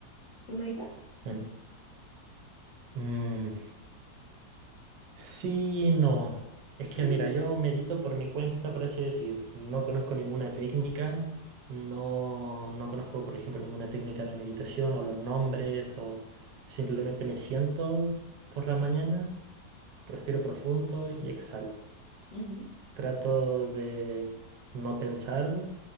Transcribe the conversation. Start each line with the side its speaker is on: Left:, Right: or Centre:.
Left: ¿Tú meditas?
Right: en- mm, Sí, no. Es que
Left: <laughs>
Right: mira, yo medito por mi cuenta, por así decir. No conozco ninguna técnica, no, no conozco, por ejemplo, ninguna técnica de meditación o los nombres, o simplemente me siento por la mañana, respiro profundo y exhalo.
Left: Ujú.
Right: Trato de no pensar